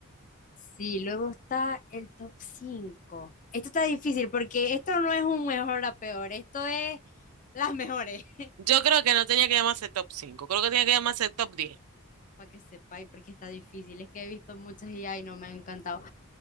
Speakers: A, on the left (about 35°); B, on the right (about 80°).
A: Sí, luego está el top 5. Esto está difícil porque esto no es un mejor a peor, esto es las mejores. <laughs>
B: Yo creo que no tenía que llamarse top 5. creo que tenía que llamarse top diez.
A: Para que sepáis, porque está difícil. Es que he visto muchas y ay, no me han encantado.